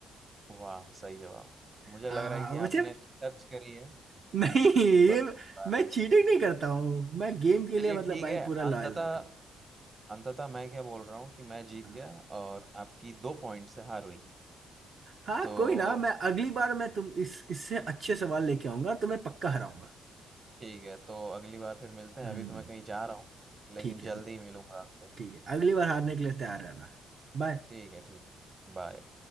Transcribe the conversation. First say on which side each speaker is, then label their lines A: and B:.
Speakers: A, on the right; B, on the right.
A: वाह सही जवाब मुझे
B: आ,
A: लग रहा है कि
B: मुझे
A: आपने सर्च करी है
B: <laughs> नहीं ये
A: पर कोई बात
B: मैं चीटिंग
A: नहीं।
B: नहीं करता हूँ मैं गेम के
A: चलिए
B: लिए मतलब
A: ठीक
B: भाई
A: है
B: पूरा लॉयल
A: अंततः
B: रहता हूँ
A: अंततः मैं क्या बोल रहा हूँ कि मैं जीत
B: हाँ।
A: गया और आपकी दो पॉइंट से हार हुई
B: हाँ
A: तो
B: कोई ना मैं अगली बार मैं तुम इस इससे अच्छे सवाल लेके आऊंगा और तुम्हें पक्का हराऊंगा
A: ठीक है तो अगली बार फिर मिलते हैं
B: हम्म
A: अभी तो मैं कहीं जा रहा हूँ लेकिन
B: ठीक
A: जल्दी
B: है
A: ही मिलूंगा आपसे
B: ठीक है अगली बार हारने के लिए तैयार रहना बाय
A: ठीक है ठीक है बाय